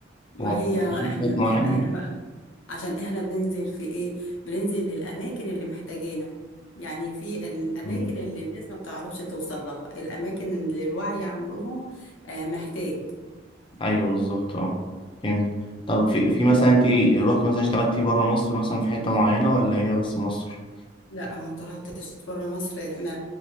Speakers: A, on the left; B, on the left.
A: ما
B: هو
A: هي
B: مفيش
A: احنا
B: حاجات معينة
A: ما هو احنا بقى عشان احنا بننزل في ايه بننزل للاماكن اللي محتاجينها يعني في الاماكن
B: مم.
A: اللي الناس ما بتعرفش توصل لها الاماكن اللي الوعي عندهم آه، محتاج
B: ايوه بالظبط اه فهمت طب في في مثلا انت رحت مثلا اشتغلتي بره مصر مثلا في حتة معينة ولا هي بس مصر؟
A: لا انا ما طلعتش بره مصر احنا